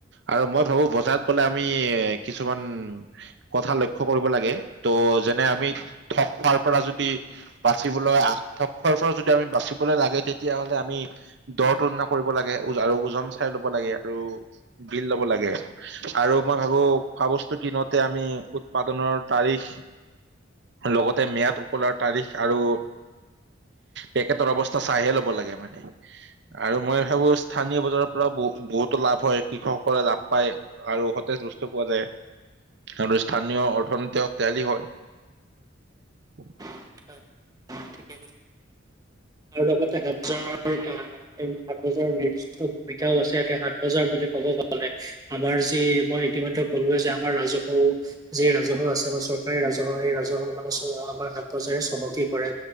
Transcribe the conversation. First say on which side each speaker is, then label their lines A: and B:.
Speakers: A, on the right (about 55°); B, on the right (about 20°).
A: আৰু মই ভাবো বজাৰত গলে আমি কিছুমান কথা লক্ষ্য কৰিব লাগে ত' যেনে আমি ঠক খোৱাৰ পৰা যদি বাচিবলৈ আ ঠক খোৱাৰ পৰা যদি আমি বাচিবলৈ লাগে তেতিয়া হ'লে আমি দৰ তুলনা কৰিব লাগে আৰু ওজন চাই ল'ব লাগে আৰু বিল ল'ব লাগে আৰু মই ভাবো খোৱা বস্তু কিনতে আমি উৎপাদনৰ তাৰিখ লগতে মিয়াদ উকলাৰ তাৰিখ আৰু পেকেটৰ অৱস্থা চাইহে ল'ব লাগে মানে আৰু মই ভাবো স্থানীয় বজাৰৰ পৰাও ব বহুতো লাভ হয় কৃষকসকলে লাভ পায় আৰু সতেজ পোৱা যায় আৰু স্থানীয় অৰ্থনীতি হক ইত্যাদি হয় উম
B: হয় ঠিকেই আৰু লগতে আৰু সাত বজাৰৰ নিৰ্দিষ্ট ভূমিকাও আছে ইয়াতে সাত বজাৰ বুলি ক'ব গলে আমাৰ যি মই ইতিমধ্যে ক'লোৱে যে আমাৰ ৰাজহুৱ যি ৰাজহুৱ আছে বা চৰকাৰ ৰাজহ এই ৰাজহ মানে আমাৰ হাত বজাৰে চমকি কৰে